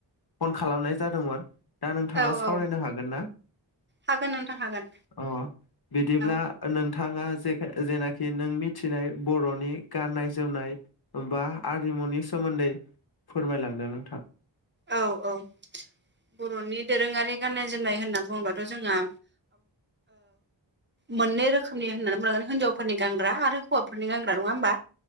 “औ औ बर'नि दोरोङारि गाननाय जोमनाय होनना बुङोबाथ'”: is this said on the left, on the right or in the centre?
Right